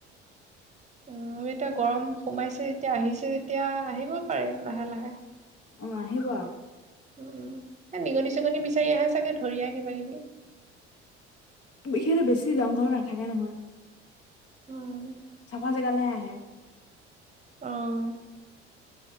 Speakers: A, on the right (about 20°); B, on the left (about 40°).
A: উ এতিয়া গৰম সোমাইছে যেতিয়া আহিছে তেতিয়া আহিব পাৰে লাহে লাহে
B: অ আহিব
A: উ নিগনি চিগনি বিচাৰি আহে চাগে ধৰিয় কিবা কিবি
B: সিহতে বেছি যাওঁ ঘৰত নাথাকে নহয়
A: উম
B: চাফা গালে আহে
A: আহ